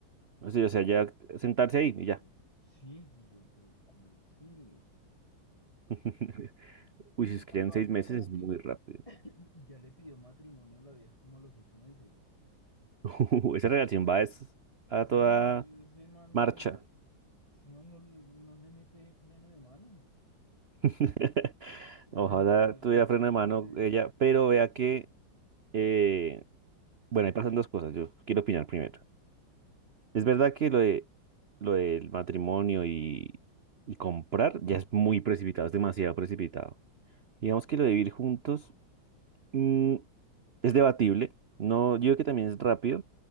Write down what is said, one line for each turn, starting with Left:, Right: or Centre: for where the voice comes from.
Right: sí, o sea, ya sentarse ahí
Left: Y
Right: y ya.
Left: yo, sí, y yo, pero ¿cómo así es?
Right: <laughs>
Left: Y
Right: Uy, si escriben
Left: aparte
Right: seis meses
Left: como
Right: es
Left: que,
Right: muy rápido.
Left: <clears throat> y ya le pidió matrimonio a la vieja como a los ocho meses.
Right: <laughs> esa relación va es a
Left: No,
Right: toda
Left: ese ese man
Right: marcha.
Left: no, ese man no, no le mete freno de mano.
Right: <laughs>
Left: Yo,
Right: Ojalá
Left: yo
Right: tuviera
Left: entre
Right: freno
Left: el
Right: de
Left: chiste.
Right: mano ella, pero vea que, eh, bueno, ahí pasan dos cosas. Yo quiero opinar primero. Es verdad que lo de lo del matrimonio y, y comprar ya es muy precipitado, es demasiado precipitado. Digamos que lo de vivir juntos mm, es debatible. No, yo creo que también es rápido,